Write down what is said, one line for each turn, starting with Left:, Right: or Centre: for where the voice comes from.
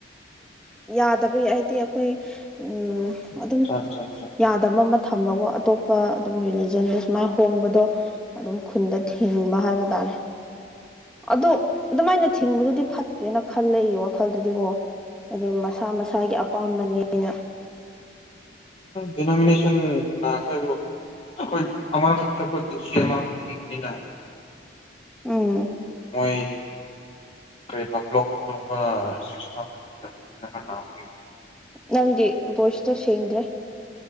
Centre: ꯌꯥꯗꯕꯩ ꯍꯥꯏꯗꯤ ꯑꯩꯈꯣꯏ ꯎꯝ ꯑꯗꯨꯝ
Left: ꯑꯆꯥ ꯑꯆꯥ ꯑꯆꯥ
Centre: ꯌꯥꯗꯕ ꯊꯝꯕꯀꯣ ꯑꯇꯣꯞꯄ ꯑꯗꯨꯝ ꯔꯤꯂꯤꯖꯟꯗꯣ ꯁꯨꯃꯥꯏꯅ ꯍꯣꯡꯕꯗꯣ ꯑꯗꯨꯝ ꯈꯨꯟꯗ ꯊꯤꯡꯕ ꯍꯥꯏꯕ ꯇꯥꯔꯦ
Left: <inaudible>
Centre: ꯑꯗꯣ ꯑꯗꯨꯃꯥꯏꯅ ꯊꯤꯡꯕꯗꯨꯗꯤ ꯐꯠꯇꯦꯅ ꯈꯜꯂꯦ ꯑꯩ ꯋꯥꯈꯜꯗꯗꯤ ꯀꯣ ꯍꯥꯏꯗꯤ ꯃꯁꯥ ꯃꯁꯥꯒꯤ ꯑꯄꯥꯝꯕꯅꯦꯅ
Left: ꯗꯤꯅꯣꯃꯤꯅꯦꯁꯟ ꯑꯩꯈꯣꯏꯕꯨ ꯑꯩꯈꯣꯏ ꯑꯃꯊꯛꯇ ꯑꯩꯈꯣꯏ ꯄꯨꯟꯁꯤ ꯑꯃꯈꯛ ꯄꯤꯒꯤꯝꯃꯤꯅ
Centre: ꯎꯝ
Left: ꯃꯣꯏ ꯀꯔꯤꯕ ꯕꯨꯂꯣꯛ ꯑꯗꯨꯒꯨꯝꯕ <unintelligible>
Centre: ꯅꯪꯒꯤ ꯕꯣꯏꯁ ꯇꯣ ꯁꯦꯡꯗ꯭ꯔꯦ